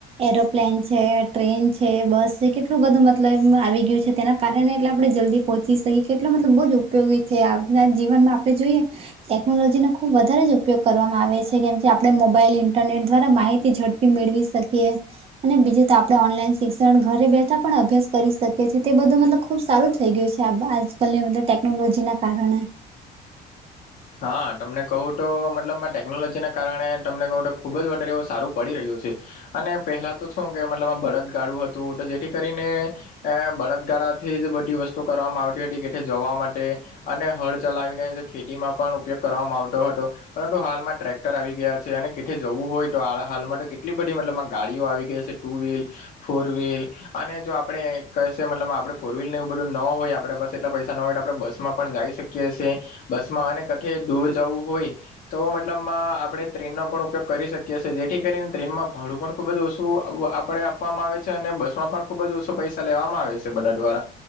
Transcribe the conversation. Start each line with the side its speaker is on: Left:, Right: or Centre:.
Right: એરોપ્લેન છે ટ્રેન છે બસ છે કેટલું બધું મતલબ એ આવી ગયું છે તેના કારણે એટલે આપણે જલ્દી પહોંચી શકીએ કેટલો મતલબ બહુ જ ઉપયોગી થાય આપના જીવનમાં આપણે જોઈએ ટેકનોલોજી નો ખુબ વધારે જ ઉપયોગ કરવામાં આવે છે કેમ કે આપણે મોબાઈલ ઇન્ટરનેટ દ્વારા માહિતી ઝડપી મેળવી શકીએ. અને બીજું તો આપડે ઓનલાઈન શિક્ષણ ઘરે બેઠા પણ અભ્યાસ કરી શકીએ તે બધું મતલબ ખુબ સારું થઇ ગયું છે આ ભા આજકાલની મતલબ ટેકનોલોજીના કારણે.
Left: હા તમને કહું તો મતલબ ટેકનોલોજીના કારણે તમને કહું તો ખૂબ જ વારે એવું સારું પડી રહ્યું છે. અને પહેલા તો શું કે મતલબ આ બળદગાડું હતું તો જેથી કરીને અ બળદગાળા થી જ બધી વસ્તુ કરવામાં આવતી હતી કે જવા માટે અને હળ ચલાવીને જે ખેતીમાં પણ ઉપયોગ કરવામાં આવતો હતો. પરંતુ હાલમાં ટ્રેક્ટર આવી ગયા છે અને કથેે જવું હોય તો હાલમાં તો કેટલી બધી મતલબ ગાડીઓ આવી ગઈ છે. ટુ વ્હીલ ફોર વ્હીલ અને જો આપડે કહેશે મતલબ આપણે ફોર વ્હીલ ને એવું બધું ન હોય આપડે બસ એટલા પૈસા ન હોય આપણે બસ માં પણ જઈ શકીએ. કે છે બસ માં આને કઠે દૂર જવું હોય તો મતલબ માં આપડે ટ્રેનનો પણ ઉપયોગ કરી શકીએ જેથી કરીને ટ્રેનમાં ભાડું પણ ખુબ જ ઓછું આપડે આપવામાં આવે છે અને બસ માં પણ ખુબ જ ઓછો પૈસા લેવામાં આવે છે બધા દ્વારા.